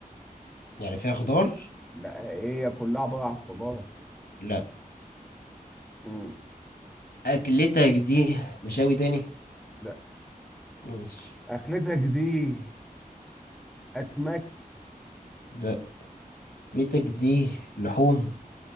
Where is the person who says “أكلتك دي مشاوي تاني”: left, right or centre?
Left